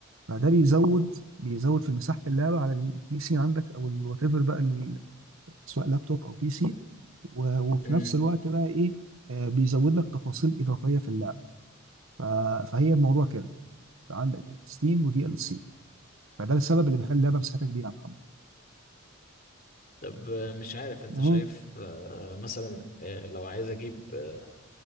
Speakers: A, on the right (about 75°); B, on the left (about 45°).
A: فده بيزود بيزود في مساحه اللعبه على البي سي عندك او الوات ايفر بقى ال- سواء لابتوب او بي سي و- وفي
B: مم.
A: نفس الوقت بقى ايه آه، بيزود لك تفاصيل اضافيه في اللعبه ف... فهي الموضوع كده عندك ستيم ودي ال سي فده السبب اللي بيخلي اللعبه مساحتها كبيره يا محمد
B: طب آه، مش عارف انت
A: اهو
B: شايف آه، مثلا آه، لو عايز اجيب آه،